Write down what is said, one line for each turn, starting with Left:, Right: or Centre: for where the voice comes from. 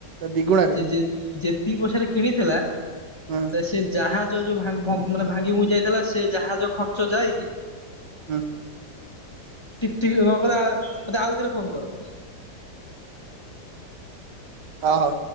Right: ଦିଗୁଣାରେ
Left: ଯେ ଯେତିକି ପଇସାରେ କିଣିଥିଲା
Right: <unintelligible>
Left: ସେ ଜାହାଜ ଯୋ ଭାଙ୍ଗ ଭୋ ଭାଙ୍ଗି ଭୁଙ୍ଗି ଯାଇଥିଲା ସେ ଜାହାଜ ଖର୍ଚ୍ଚ ଯାଇକି
Right: ଉଁ।
Left: ଠିକ ଠିକ ଦ୍ଭାବରେ ମତେ ଆଉଥରେ ଫୋନ କର।
Right: ଅ ହଉ।